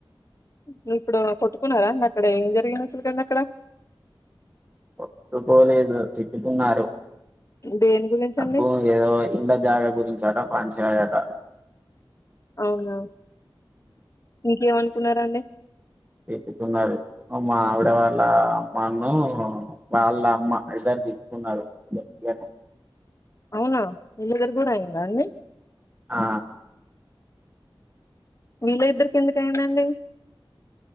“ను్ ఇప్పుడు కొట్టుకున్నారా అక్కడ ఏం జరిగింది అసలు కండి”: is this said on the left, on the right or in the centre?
Left